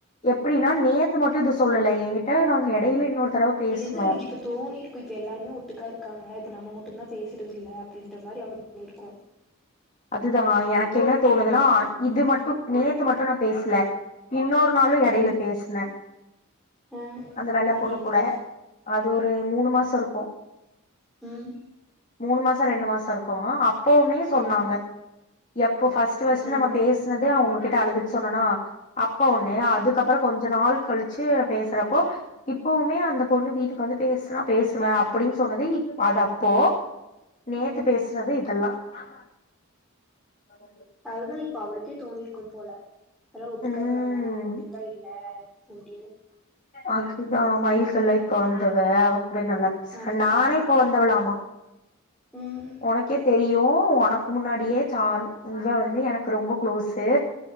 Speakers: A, on the left (about 35°); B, in the centre.
A: எப்டின்னா நேத்து மட்டு இது சொல்லல என்கிட்ட நாங்க எடையில இன்னொரு தடவ பேசுனோ
B: இதே தா அவளுக்கு இப்போ தோணி இருக்கு இப்ப எல்லாருமே ஒட்டுக்கா இருக்காங்க இப்ப நம்மட்டு இப்பல்லா பேசுறதில்ல அப்டின்ற மாதிரி அவக் இருக்கோம்
A: தான எனக்கு என்ன தோணுதுனா இது மட்டு நேத்து மட்டு நா பேசல இன்னொரு நாலு இடையில
B: ம்
A: பேசினே
B: ஆ
A: அந்த வெள்ள
B: அது
A: பொண்ணு
B: எப்போ
A: கூட அது ஒரு மூணு மாசம் இருக்கும்
B: ம்
A: மூணு மாசம் ரெண்டு மாசம் இருக்கோ <unintelligible> எப்பவுமே சொன்னாங்க
B: ம்
A: எப்ப இப்ப பர்ஸ்ட் பர்ஸ்ட்
B: என்ன
A: நம் பேசனது அவங்க கிட்ட அழுதுட்டு சொன்னனா அப்ப ஒன்னு
B: ஆமா
A: அதுக்கப்புற கொஞ்ச நாள் கழிச்சு பேசுறப்போ இப்பவுமே அந்த பொண்ணு வீட்டுக்கு வந்து பேசனா பேசுவேன் அப்படின்னு சொன்னது அது அப்போ நேத்து
B: ம்
A: பேசுனது இதெல்லா <inaudible>
B: அதுதா இப்ப அவளுக்கே தோணிருக்கோ போல எல்லா ஒட்டுக்கா
A: ம்
B: இருக்காங்க நம்ம மட்டு தா இல்ல அப்டின்னு
A: அதுதா <unintelligible> இப்ப வந்தவ அப்டி நல்லா பேசுறேன்
B: அதுதாங்க
A: நானே இப்ப வந்திரலாமா
B: ம்
A: உனக்கே தெரியும் உனக்கு முன்னாடியே சார் இவா வந்து எனக்கு ரொம்ப கு்ளோஸு